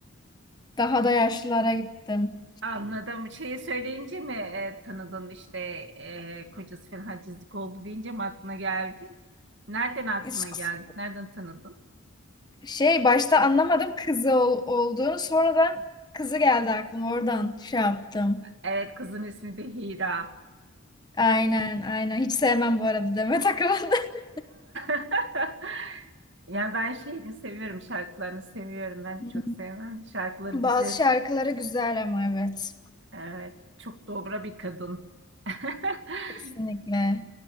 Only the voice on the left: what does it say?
Daha da yaşlılara gittim.
İs-
Şey başta anlamadım kızı ol- olduğunu. Sonradan kızı geldi aklıma. Oradan şey yaptım.
Aynen aynen. Hiç sevmem bu arada Demet Akalın. <laughs>
Hmm.
Bazı
şarkıları güzel ama evet.
Kesinlikle.